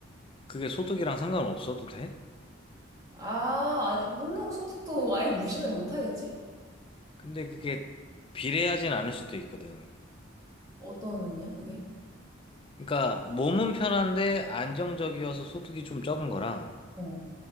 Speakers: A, on the left (about 25°); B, on the right (about 20°).
A: 그게 소득이랑 상관없어도 돼?
B: 아, 아니, 물론 소득도 <laughs> 아예 무시는 못하겠지?
A: 근데 그게 비례하진 않을 수도 있거든.
B: 어떤 의미야, 그게?
A: 그러니까 몸은 편한데 안정적이어서 소득이 좀 적은 거랑
B: 어,